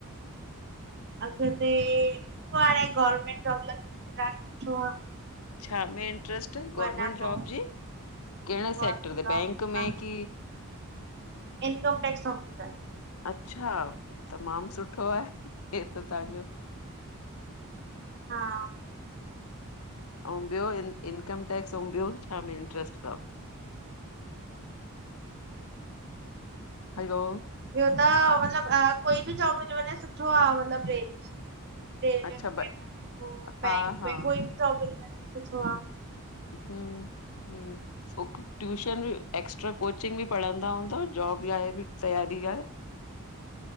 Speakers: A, on the right; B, on the left.
A: अॻिते ॾिसो हाणे गवर्मेंट जॉब लॻी वने त ॾाढो सुठो आ।
B: छा में इंट्रेस्ट।
A: वञा
B: गवर्मेंट जॉब
A: पो
B: जी कहिड़े सेक्टर
A: गवर्मेंट
B: ते?
A: जॉब
B: बैंक
A: हा
B: में की?
A: Income tax officer.
B: अच्छा! तमामु सुठो आहे, हे त तांजो।
A: हा।
B: अऊं ॿियोंं इन इनकम टेक्स आऊ ॿियो छा में इंट्रेस्ट तव? हलो।
A: ॿियो त मतलब कोई बि जॉब् मिलियो वञे सुठो आह मतलब रलमे। रेलवे
B: अच्छा
A: वग़ैरह
B: ब
A: या पो बैंक
B: हा हा
A: में कोई बि जॉब मिली व सुठो आ।
B: हं हं। ट्यूशन ॿि एक्स्ट्रा कोचिंग ॿि पढ़ंदा हूंदव जॉब लाइ ॿि तैयारी आहे।